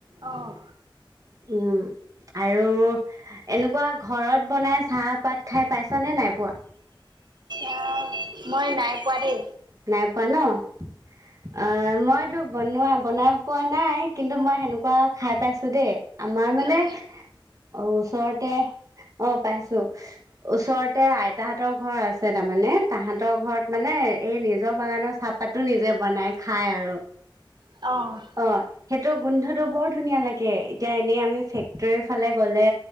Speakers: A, on the right; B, on the right.
A: অ',
B: উম, আৰু এনেকুৱা ঘৰত বনাই চাহপাত খাই পাইছ নে নাই পোৱা।
A: অ, মই নাই পোৱাৰী
B: নাই পোৱা ন। অ, মইতো বনোৱা বনাই পোৱা নাই কিন্তু মই সেনেকুৱা খাই পাইছো। দেই আমাৰ মানে
A: অ',
B: অ, ওচৰতে অ, পাইছো ওচতে। এ, আইতাহতৰ ঘৰ আছে তাৰমানে তাহাঁতৰ ঘৰত মানে এই নিজৰ বাগানৰ চাহপাতো নিজে বনাই খাই আৰু।
A: অ'।
B: অ, সেইটো গোন্ধটো বৰ ধুনীয়া লাগে এতিয়া এনেই আমি ফেক্টৰীৰ ফালে গ'লে